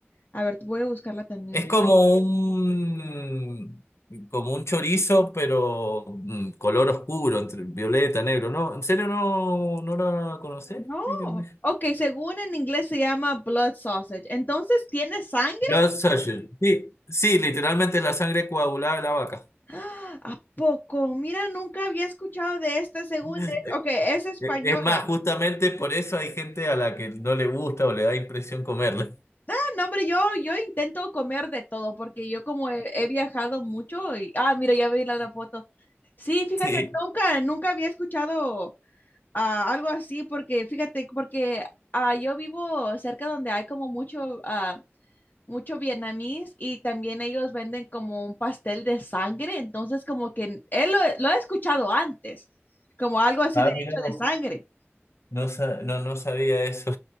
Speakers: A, on the left; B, on the left.
A: A ver, voy a buscarla también.
B: Es como un, como un chorizo, pero mm, color oscuro, entre violeta, negro. No, ¿en serio no, no la conocés?
A: No.
B: Dígame.
A: Ok, según en inglés se llama blood sausage. Entonces, ¿tiene sangre?
B: Blood sausage. Sí, sí, literalmente la sangre coagulada de la vaca.
A: <gasps> ¡Ah! ¿A poco? Mira, nunca había escuchado de esta según.
B: Eh,
A: es- Ok, es española.
B: eh, Es más, justamente por eso hay gente a la que no le gusta o le da impresión comerla. <laughs>
A: Ah, no, hombre, yo, yo intento comer de todo porque yo como he, he viajado mucho y... Ah, mira, ya vi la, la foto. Sí, fíjate,
B: Sí.
A: nunca, nunca había escuchado. ah, algo así, porque fíjate, porque ah, yo vivo cerca donde hay como mucho, ah, mucho vietnamís y también ellos venden como un pastel de sangre, entonces como que n- él lo, lo he escuchado antes, como algo así
B: Ah,
A: de hecho
B: mira vos.
A: de sangre.
B: No, sa- no, no sabía eso.